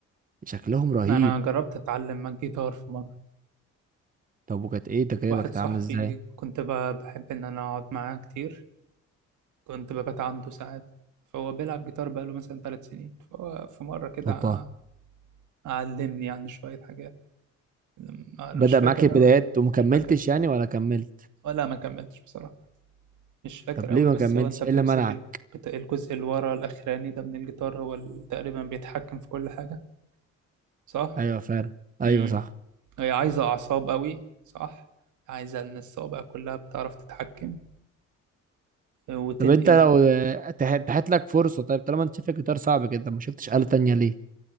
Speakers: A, on the right (about 25°); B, on the right (about 75°).
A: شكلهم رهيب
B: انا جربت اتعلم جيتار في مرة
A: طب وكانت ايه تجربة
B: واحد
A: كانت
B: صاحبي
A: عاملة ازاي؟
B: كنت ب- بحب ان انا اقعد معاه كتير كنت ببات عنده ساعات فهو بيلعب جيتار بقاله مثلا ثلاث سنين فهو في مرة كده
A: اوبا
B: ع- علمني يعني شوية حاجات لم- أنا
A: بدأ
B: مش فاكر
A: معاك البدايات
B: أوي
A: ومكملتش
B: مش فاكر
A: يعني ولا كملت؟
B: ولا ما كملتش بصراحة مش فاكر
A: طب
B: أوي
A: ليه ما
B: بس
A: كملتش؟
B: هو أنت بتمسك
A: ايه اللي منعك؟
B: ال- بت- الجزء اللي ورا الأخراني ده من الجيتار هو اللي تقريبا بيتحكم في كل حاجة صح؟
A: ايوه فعلا ايوه
B: امم
A: صح
B: هي عايزة أعصاب أوي صح؟ عايزة إن الصوابع كلها بتعرف تتحكم وتنقل
A: طب انت لو اتاح- اتاحت لك فرصه طيب طالما انت شايف الجيتار صعب كده ما شفتش آلة تانية ليه؟